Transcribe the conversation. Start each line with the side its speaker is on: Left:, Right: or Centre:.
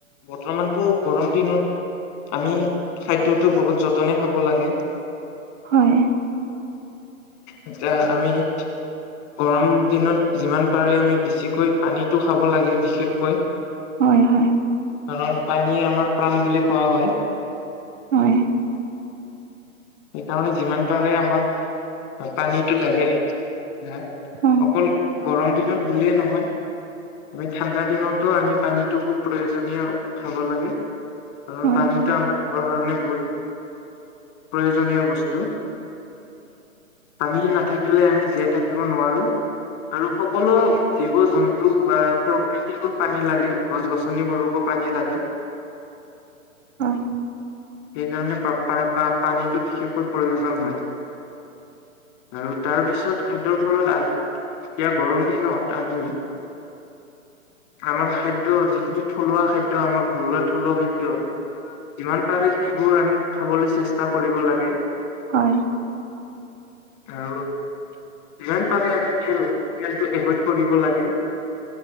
Left: বৰ্তমানতো গৰম দিনত আমি খাদ্যটো বহুত যতনে খাব লাগে
Right: হয়
Left: এতিয়া আমি গৰম দিনত যিমান পাৰে আমি বেছিকৈ পানীতো খাব লাগে বিশেষকৈ
Right: হয় হয়
Left: কাৰণ পানীয়ে আমাৰ প্ৰাণ বুলি কোৱা হয়
Right: হয়
Left: সেইকাৰণে যিমান পাৰে আমাক পা পানীতো লাগে ইয়াত
Right: হয়
Left: অকল গৰম দিনত বুলিয়েই নহয়- আমি ঠাণ্ডা দিনতো আমি পানীতো খুব প্ৰয়োজনীয় খাব লাগে। কাৰণ
Right: হয়
Left: পানীতো আমাৰ দেহৰ কাৰণে বহুত প্ৰয়োজনীয় বস্তু পানী নাথাকিলে আমি জীয়াই থাকিব নোৱাৰো৷ আৰু সকলো জীৱ জন্তু বা প্ৰ খেতিকো পানী লাগে গছ গছনিবোৰকো পানী লাগে৷
Right: হয়
Left: সেইকাৰণে প্ৰপাৰ পানীতটো বিশেষকৈ প্ৰয়োজন হয়৷ আৰু তাৰপিছত খাদ্যৰ ফলত আ এতিয়া গৰম দিনত আমি আমাৰ খাদ্য যিখিনি থলুৱা খাদ্য আমাৰ ঘৰুৱা থলুৱা খাদ্য যিমান পাৰি সেইবোৰ আমি খাবলৈ চেষ্টা কৰিব লাগে৷
Right: হয়
Left: আৰু যিমান পাৰি আমি তেল-তেল টো এভইড কৰিব লাগে।